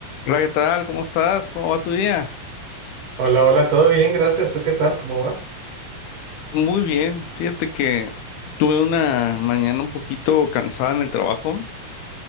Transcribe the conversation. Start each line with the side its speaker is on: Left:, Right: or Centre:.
Left: Hola, ¿qué tal? ¿Cómo estás? ¿Cómo va tu día?
Right: Hola, hola, todo bien, gracias. ¿Tú qué tal? ¿Cómo vas?
Left: Muy bien. Fíjate que tuve una mañana un poquito cansada en el trabajo,